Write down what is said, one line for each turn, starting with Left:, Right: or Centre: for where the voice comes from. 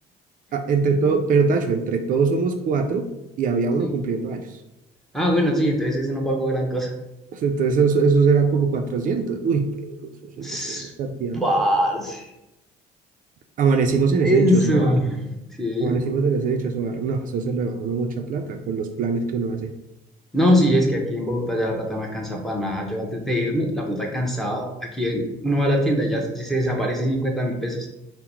Right: Ah, Entre todo, pero Tacho, entre todos somos cuatro y había uno
Centre: Sí.
Right: cumpliendo años.
Centre: Ah, bueno, sí, entonces ese no pago gran cosa.
Right: O Entonces eso, eso era como cuatrocientos, Uy, pero eso es una,
Centre: <sniffs> Ss,
Right: es una cantidad.
Centre: Parce.
Right: Amanecimos en
Centre: Eso.
Right: ese dichoso bar.
Centre: Sí.
Right: Amanecimos en ese dichoso bar. No, eso se le va a uno mucha plata con los planes que uno hace.
Centre: No, sí, es que aquí en Bogotá ya la plata no alcanza para nada. Yo antes de irme, la plata cansaba. Aquí en- uno va a la tienda, y ya, ya se desaparecen cincuenta mil pesos.